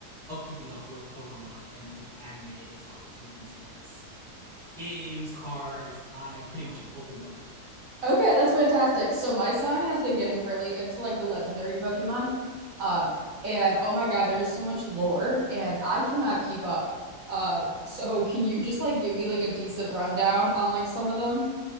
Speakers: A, in the centre; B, on the right.
A: of keeping up with Pokemon and its anime, its cartoons, its games, cards. I'm pretty much an open book
B: Okay, that's fantastic. So my son has been getting really into like the legendary Pokemon. Um, and oh my God, there's so much lore and I cannot keep up. Um, so can you just like give me like a decent rundown on like some of them?